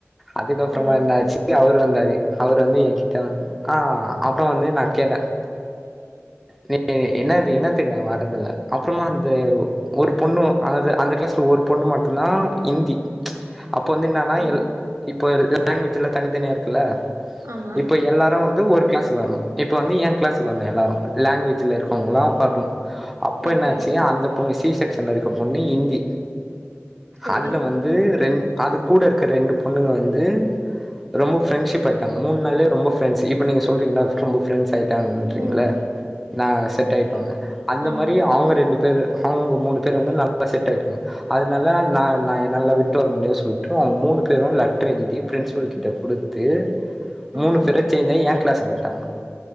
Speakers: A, in the centre; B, on the right.
A: அதுக்கப்புறமா
B: ஓ
A: என்னாச்சு அவுரு வந்தாரு அவுரு வந்து என்கிட்ட வந் ஆ அப்புறம் வந்து நா கேட்ட
B: <inaudible>
A: நீ என்னது என்னத்துக்குனா வர்றதல்ல அப்புறமா வந்து ஒரு பொண்ணு அதாவுது அந்த கிளாஸ்ல ஒரு பொண்ணு மட்டுந்தா இந்தி அப்ப வந்து என்னான்னா
B: ஓ
A: எல் இப்ப இருக் லாங்குவேஜ்ல தனித்தனியா இருக்குல்ல
B: ஆமா
A: இப்ப எல்லாரு வந்து ஒரு கிளாஸ் வரணு இப்ப வந்து எ கிளாஸுக்கு வரனு எல்லாரு லாங்குவேஜ்ல இருக்கிறவுங்களா வரணு அப்ப
B: ஓகே
A: என்னாச்சு அந்த பொண்ணு சி செக்ஷன்ல இருக்க பொண்ணு இந்தி
B: செரி
A: அதுல வந் து ரெண் அது கூட இருக்க ரெண்டு பொண்ணுங்க வந்து ரொம்ப ஃப்ரண்ட்ஷிப் ஆயிட்டாங்க மூனு நாள்ளே ரொம்ப ப்ரண்ட்ஸ் இப்ப நீ சொல்றீங்களா ரொம்ப ப்ரெண்ட்ஸ் ஆய்ட்டான்றீங்ளா
B: ம்
A: நா செட் ஆயிட்டோங்க அந்த
B: ஆமா
A: மாரி அவுங்க ரெண்டு பேரு அவுங்க மூணு பேர் வந்து நல்லா செட் ஆயிட்டாங்க அதனால நா நா என்னால விட்டு வர முடியா சொல்ட்டு அவுங்க மூணு பேரு லெட்ரு எழுதி பிரின்சிபல் கிட்ட குடுத்து
B: ஆ
A: மூணு பேரு சேஞ்சாயி எ கிளாஸ்கு வந்துட்டாங்க